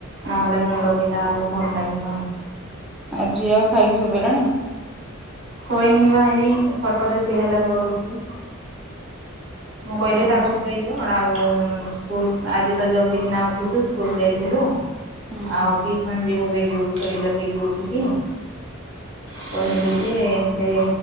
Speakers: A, on the right; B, in the centre.
A: ନହେଲେ ମୁଣ୍ଡ ବିନ୍ଧା ହବ ଭଲ ଲାଗିବନି।
B: ଆଉ ଝିଅ ଆଉ ଖାଇକି ଶୋଇ ପଡ଼ିଲାଣି?
A: ଶୋଇନି ବା ଏୟୀ ଖଟରେ ସିଏ ହେଲେ ଗଡୁଛି। ମୁଁ କହିଲି
B: ଓହୋ
A: ତାକୁ ଶୋଇ କଣ ଆଉ ସ୍କୁଲ ଆଜି ତ ଜଲଦି କିନା ଉଠିଛୁ ସ୍କୁଲ ଯାଇଥିଲୁ।
B: ହୁଁ।
A: ଆଉ ଟିଉସନ ଯିବୁ ବେଗିବୁ ଶୋଇଲା ବେଗି ଉଠିକି। କହିଲି ଯେ ସେ